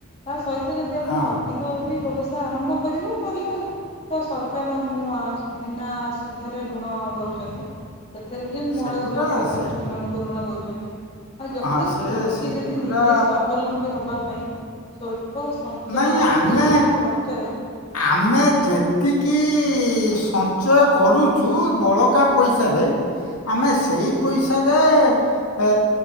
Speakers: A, on the left; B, on the left.
A: ତା ସହିତ ଯଦି ଆପଣ
B: ହଁ
A: ଅଧିକ ବି ବ୍ୟବସାୟ ଆରମ୍ଭ କରିବେ ତାହଲେ ତ ସରକାର ଆମ ବିନା ସୁଧରେ ଋଣ ଦେଉଚନ୍ତି। ସେଥିରେ ବି ଯେଉଁ ମହିଳା
B: ସେଗୁରା
A: ସ୍ୱୟଂସହାକ
B: ସେ
A: ଗୋଷ୍ଠୀମାନଙ୍କୁ ଋଣ ଦେଉଚନ୍ତି। ଆଉ ଯଦି
B: ହଁ ସେ
A: ସ୍ୱଳ୍କୀ
B: ସେଗୁରା
A: ଯଦି ନିଜେ ସ୍ୱାବଲମ୍ବୀ ହବା ପାଇଁ ସ୍ୱଳ୍ପ ସଞ୍ଚୟ
B: ନାଇଁ ଆମେ
A: ବା ସ୍ୱଳ୍ପ ଖର୍ଚ୍ଚରେ
B: ଆମେ ଯେତିକି ସଞ୍ଚୟ କରୁଚୁ ବଳକା ପଇସାରେ ଆମେ ସେଇ ପଇସାରେ ଏ